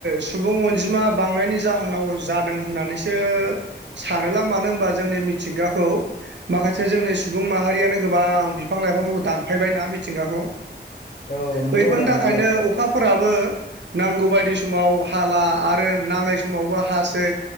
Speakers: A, on the right; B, on the left.
A: सुबुं अनजिमा बांनायनि जाहोनाव जादों होननानैसो सानोलां मानो होनबा जोंनि मिथिंगाखौ माखासे जोंनि सुबुं माहारियानो गोबां बिफां लाइफांफोरखौ दानफायबायना मिथिंगाखौ
B: औ नंगौ
A: बैफोरनि
B: आदा
A: थाखायनो
B: नंगौ
A: अखाफोराबो नांगौ बायदि समाव हाला आरो नाङै समावबो हासै